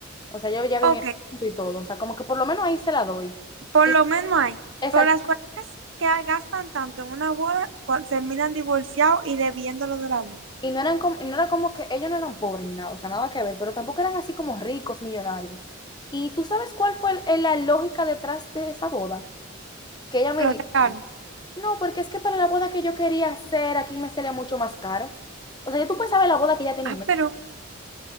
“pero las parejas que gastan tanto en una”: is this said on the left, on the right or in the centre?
Right